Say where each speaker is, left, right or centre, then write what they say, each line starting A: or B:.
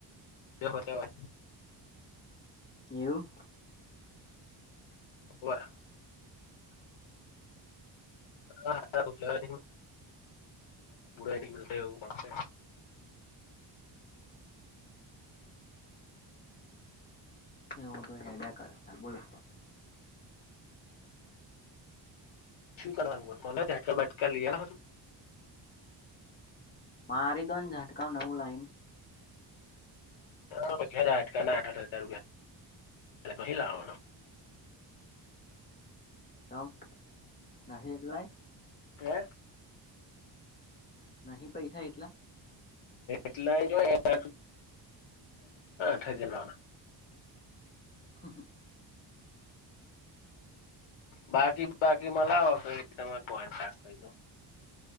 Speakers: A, on the left; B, on the left.
A: બચાવવા.
B: એવું?
A: વાહ! <inaudible> બુરાઈ એ ની મિલતા એવું કામ છે.
B: એવું તો હેડયા કરે તારે બોલો.
A: શું કરવાનું મને કોને ઝાટકા બાટકા લી આલવાનું?
B: મારી દોન ઝાટકાવ નવું લાઈ ન.
A: અ પછી ઝાટકા ના આઠ-આઠ હજાર રૂપિયા તો ક્યાંથી લાવવાનો?
B: કમ નહી એટલાય?
A: હે?
B: નહી પૈસા એટલા?
A: એટલા આઠિયા આઠ હજાર લાવના.
B: હમ હમ
A: બાકી બાકીમાં લાવો પ તમે ફોન સાફ કરી દઉં.